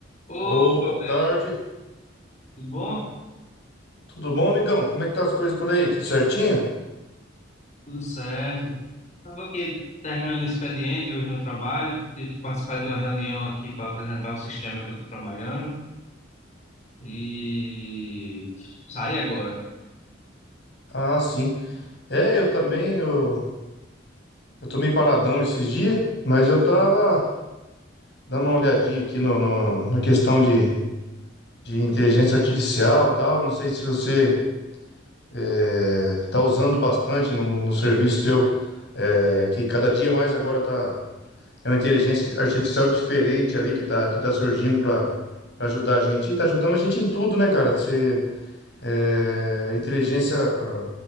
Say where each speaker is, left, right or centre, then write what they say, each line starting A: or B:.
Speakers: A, on the left (about 40°); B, on the left (about 60°).
A: Opa,
B: Ô, boa tarde.
A: tudo bom?
B: Tudo bom, amigão? Como é que tá as coisas por aí? Tudo certinho?
A: Tudo certo. Estava aqui terminando o expediente hoje no trabalho. Tive que participar de uma reunião aqui para apresentar o sistema que eu estou trabalhando. E saí agora.
B: Ah, sim. É, eu também, eu, eu tô meio paradão esses dias, mas eu tava dando uma olhadinha aqui no, no- na questão de, de inteligência artificial e tal. Não sei se você é, tá usando bastante no, no, no serviço seu, é, que cada dia mais agora tá... É uma inteligência artificial diferente ali que tá, que tá surgindo pra, pra ajudar a gente. E tá ajudando a gente em tudo, né, cara? Você... É, inteligência, ah,